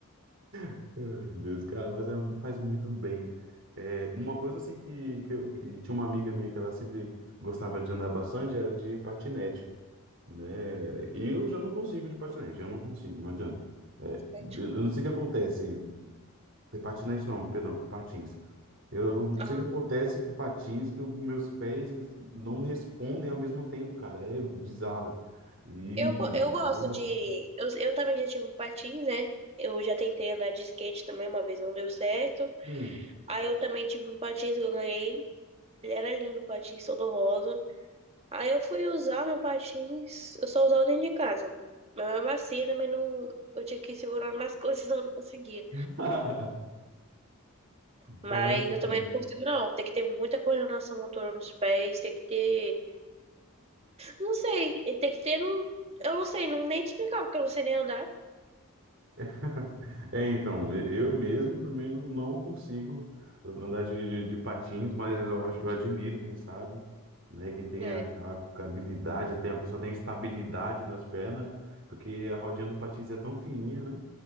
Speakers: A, on the right (about 55°); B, on the right (about 30°).
A: Ai, Meu Deus, cara, mas é- faz muito bem. É, uma coisa assim que, que, eu, que tinha uma amiga minha que ela sempre gostava de andar bastante era de patinete, né? E eu já não consigo de patinete, eu não consigo, não adianta. É,
B: gente.
A: eu não sei o que acontece, é patinete não, perdão, patins. Eu não
B: Ah,
A: sei o que acontece com patins, que os meus pés eles não respondem ao mesmo tempo, cara, é bizarro. E,
B: eu, go- eu gosto
A: nossa,
B: de. Eu, eu também já tive um patins, né? Eu já tentei andar de skate também, uma vez não deu certo.
A: hum.
B: Aí eu também tive um patins que eu ganhei. Ele era lindo, o patins todo rosa. Aí eu fui usar meu patins, eu só usava dentro de casa. Mas mesmo assim, eu também não. Eu tinha que ir segurando nas <laughs> coisas, senão eu não conseguia.
A: <laughs>
B: Mas
A: Caramba.
B: eu também não consigo, não. Tem que ter muita coordenação motora nos pés, tem que ter Não sei, tem que ter um. Eu não sei nem te explicar, porque eu não sei nem andar.
A: <laughs> É, então, e- eu mesmo também não, não consigo andar de, de- de patins, mas eu acho, eu admiro, quem sabe, né? Quem tem
B: É.
A: aquela habilidade, tem, a pessoa tem estabilidade nas pernas, porque a rodinha do patins é tão fininha, né?